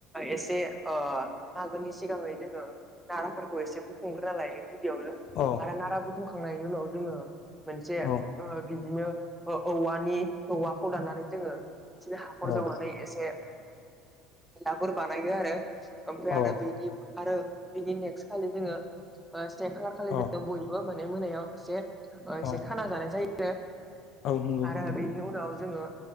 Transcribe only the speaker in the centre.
एसे ओ अ मागोनि सिगाङै जोङो नारा फोरखौ एसे बुथुमग्रोना लायो गिबियावनो
आरो नारा बुथुमखांनायनि उनाव जोङो। मोनसे ओ
बिदिनो ओ औवानि औवाखौ लानानै जोङो। बिदिनो हाखर
जावनानै एसे लाफोर बानायो आरो। ओमफ्राय
आरो बेनि आरो बेनि नेक्स्ट खालि जोङो ओ से खालार खालि
जोङो बयबो। मोनो मोनायाव ओ एसेसे
खाना जानाय जायो
आरो
बेनि उनाव। जोङो